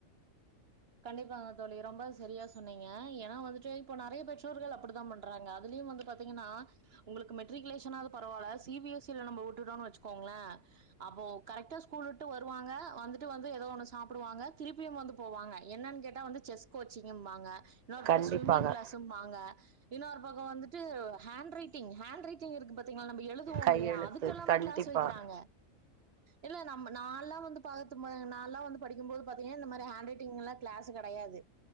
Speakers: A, on the right; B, on the right.
A: கண்டிப்பாங்க தோழி ரொம்ப சரியா சொன்னீங்க ஏன்னா வந்துட்டு இப்போ நெறைய பெற்றோர்கள் அப்டித்தான் பண்றாங்க அதுலயும் வந்து பாத்தீங்கன்னா உங்களுக்கு மெட்ரிகுலேஷனாவது பரவாயில்ல சிபிஎஸ்சில நம்ம விட்டுட்டோன்னனு வச்சுக்கோங்களேன் அப்போ கரெக்டா ஸ்கூல் விட்டு வருவாங்க வந்துட்டு வந்து ஏதோ ஒண்ணு சாப்பிடுவாங்க திருப்பியும் வந்து போவாங்க என்னன்னு கேட்டா வந்து செஸ் கோச்சிங்கு என்பங்க இன்னொரு பக்கம்
B: கண்டிப்பாக
A: ஸ்விம்மிங் கிளாஸும் பாங்க இன்னொரு பக்கம் வந்துட்டு ஹண்ட் ரைட்டிங் ஹண்ட் ரைட்டிங்க்கு இருக்கு பாத்தீங்களா நம்ம எழுதுவோம்
B: கையெழுத்து
A: இல்லைய அதுக்கெல்லாம
B: கண்டிப்பா
A: கிளாஸ் வைக்கிறாங்க இல்ல நம்ம நான்ல்லாம் வந்து பாத்து நா எல்லா வந்து படிக்கும் போது பாத்திங்கனா இந்த மாரி ஹண்ட் ரைட்டிங் எல்லா கிளாஸ் கிடையாது